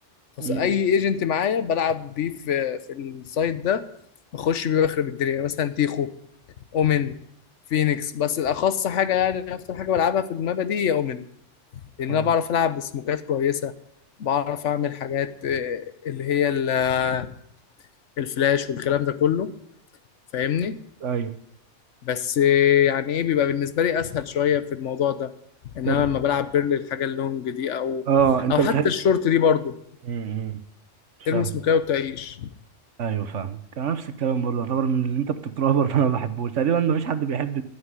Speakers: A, on the left; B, on the right.
A: خاصة
B: امم
A: اي ايجنت معايا بلعب بيه في في السايت ده بخش بيه بخرب الدنيا يعني مثلا تيخو اومن فينيكس بس الاخص حاجة يعني اكتر حاجة بلعبها في المابا دي هي اومن لان
B: اه
A: انا بعرف العب بسموكات كويسة بعرف اعمل حاجات آه، اللي هي ال- آه، الفلاش والكلام ده كله فاهمني
B: ايوه
A: بس يعني ايه بيبقى بالنسبه لي اسهل شويه في الموضوع ده انما
B: طب
A: لما بلعب بيرلي الحاجه اللونج دي او
B: اه انت
A: او
B: بتحب
A: حتى الشورت دي برضو
B: امم
A: تلمس
B: فاهم
A: مكاية وتعيش
B: ايوه فاهم كان نفس الكلام برضه يعتبر ان اللي انت بتكرهه برضه انا ما بحبوش تقريبا ما فيش حد بيحب